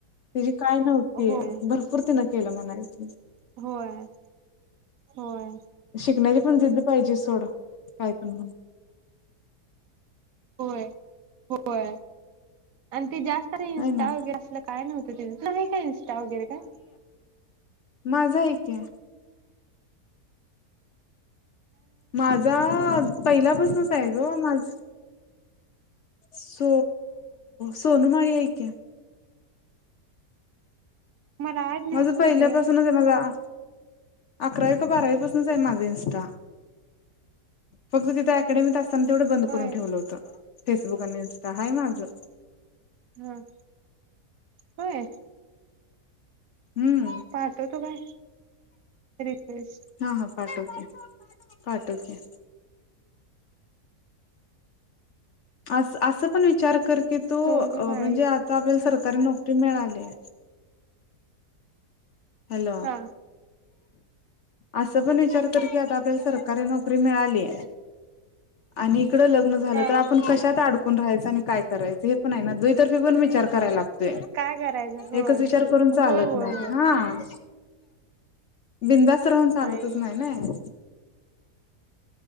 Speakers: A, on the left; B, on the right.
A: तिची काय नव्हती
B: होय
A: भरपूर तिनं केलं म्हणायच-
B: होय होय.
A: शिकण्याची पण जिद्द पाहिजे सोडं काय पण-
B: होय होय आणि ते जास्त- अरे इंस्टा
A: आहे ना
B: वगैरे असल काय नव्हतं तिज आहे का इंस्टा वगैरे का?
A: माझ हाय की. माझा पहिलापासूनच आहे ग माझ. सो सोनु माळी हाय की.
B: मला ऍड नाही
A: माझं
B: सोने
A: पहिल्यापासूनच आहे. अकरावी का बारावी पासूनच आहे माझ इनस्टा. फक्त तिथ अकॅडमीत असता- तेवढं बंद
B: होय
A: करून ठेवलं होत फेसबुक अणि इनस्टा हय माझं.
B: हम होय.
A: हम्म
B: पाहतो तो काय. रिक्वेस्ट
A: हा हा पाठवते पाठवते- अस असं पण विचार कर की तो
B: सोनू माळी
A: म्हणजे आता आपल्याला सरकारी नोकरी मिळाली- हॅलो
B: हा
A: असं पण विचार कर की आता आपल्याला सर- कारी नोकरी मिळाली आणि इकड लग्न झालं
B: हा
A: तर आपण कशात आड कोण राहायचं आणि काय करायच हे पण आहे ना दुतर्फी पण विचार कराय लागत-
B: काय करायचं होय
A: एकच विचार करून चालत
B: होय होय
A: नाही
B: होय
A: हा- बिनधास्त राहून चालतच
B: आहे
A: नाही ना-